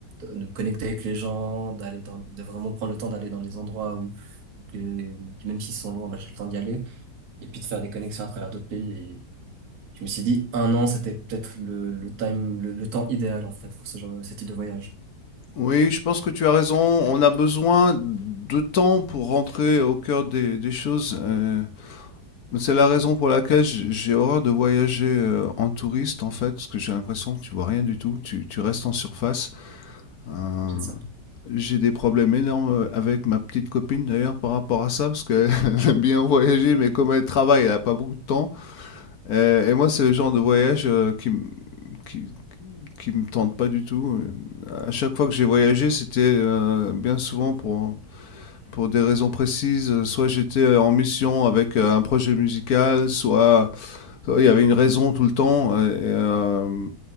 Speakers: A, on the right; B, on the left.
A: de me connecter avec les gens, d'aller dans, de vraiment prendre le temps d'aller dans des endroits où, que- même s'ils sont loin, bah, j'ai le temps d'y aller. Et puis de faire des connexions à travers d'autres pays. Et je me suis dit, un an, c'était peut-être le, le time, le, le temps idéal, en fait, pour ce genre, ce type de voyage.
B: Oui, je pense que tu as raison. On a besoin de temps pour rentrer au cœur des, des choses. euh. c'est la raison pour laquelle j- j'ai horreur de voyager euh, en touriste, en fait, parce que j'ai l'impression que tu vois rien du tout. Tu, tu restes en surface. Euh,
A: Donc, C'est ça.
B: j'ai des problèmes énormes euh, avec ma petite copine, d'ailleurs, par rapport à ça, parce qu'elle <laughs> aime bien voyager, mais comme elle travaille, elle n'a pas beaucoup de temps. Euh, et moi, c'est le genre de voyage euh, qui, m- qui- qui me tentent pas du tout. Euh, À chaque fois que j'ai voyagé, c'était euh, bien souvent pour, pour des raisons précises. Soit j'étais en mission avec euh, un projet musical, soit soit il y avait une raison tout le temps. Et, et, euh,